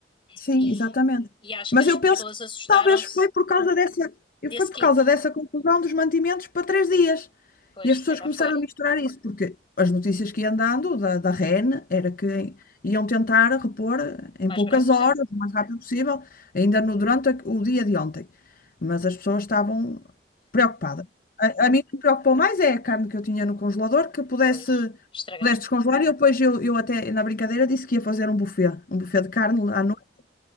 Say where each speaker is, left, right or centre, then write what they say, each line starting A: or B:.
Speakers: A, on the left (about 50°); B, on the left (about 30°).
A: sim,
B: E,
A: exatamente.
B: e acho
A: Mas
B: que as
A: eu
B: pessoas
A: penso que
B: assustaram-se
A: talvez foi por causa dessa,
B: desse
A: foi por
B: kit.
A: causa dessa conclusão dos mantimentos para três dias.
B: Pois,
A: E as pessoas
B: se calhar
A: começaram
B: foi.
A: a misturar isso, porque as notícias que iam dando da, da REN era que iam tentar repor em
B: O mais
A: poucas
B: breve possível.
A: horas, o mais rápido possível, ainda no, durante a- o dia de ontem. Mas as pessoas estavam preocupadas. A, a mim o que me preocupou mais é a carne que eu tinha no congelador, que pudesse,
B: Pois, estragar.
A: pudesse descongelar. E eu depois eu, eu até, na brincadeira, disse que ia fazer um buffet, um buffet de carne à noite,